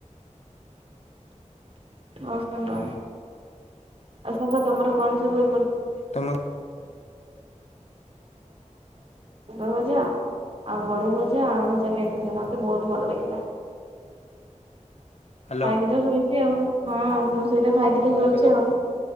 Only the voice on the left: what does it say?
ତମ
ହ୍ୟାଲୋ।
ହଁ
ଏବେ